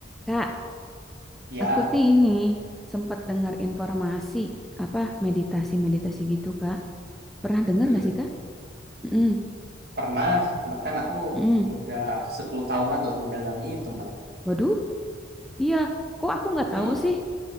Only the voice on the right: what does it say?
Ya,
mm,
pernah. Bahkan aku
udah 10 tahunan lah mendalami itu malah.
Ih,